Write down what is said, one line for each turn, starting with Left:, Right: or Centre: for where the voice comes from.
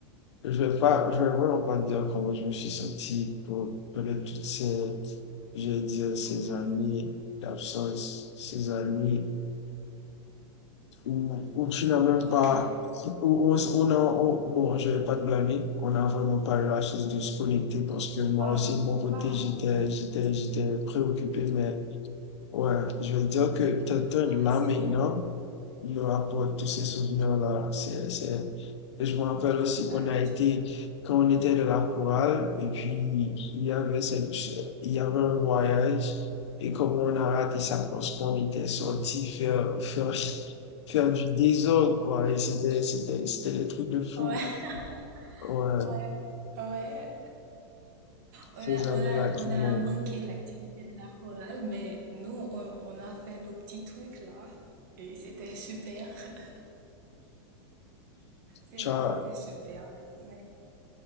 Left: je vais pas, je vais vraiment pas te dire comment je me suis senti pour, pour toutes ces, je vais dire, ces
Right: Mhm.
Left: années d'absence, ces années où, où tu n'as même
Right: Ouais,
Left: pas, où on, on a, on- bon, je vais pas te blâmer, on n'a vraiment pas eu la chance de se connecter parce que
Right: faut
Left: moi
Right: pas,
Left: aussi, de
Right: faut
Left: mon côté,
Right: pas,
Left: j'étais, j'étais, j'étais préoccupé, mais Ouais, je veux dire que quelqu'un
Right: pas,
Left: de là
Right: sinon.
Left: maintenant, me rapporte tous ces souvenirs-là. C'est, c'est... Je me rappelle
Right: Exact.
Left: aussi qu'on a été, quand on était de la chorale, et puis il y avait cette, il y avait un voyage, et comment on a raté ça parce qu'on était sorti faire, faire, faire du désordre, quoi. Et c'était, c'était, c'était des trucs de fou.
Right: Ouais, <laughs>
Left: Ouais,
Right: ouais, ouais. On
Left: ces
Right: a,
Left: années-là
Right: on a,
Left: qui
Right: on a
Left: vont.
Right: manqué l'activité de la chorale, mais nous, on, on a fait nos petits trucs là. Et c'était super. <laughs> C'est-
Left: Tu vois,
Right: C'était super. Mais,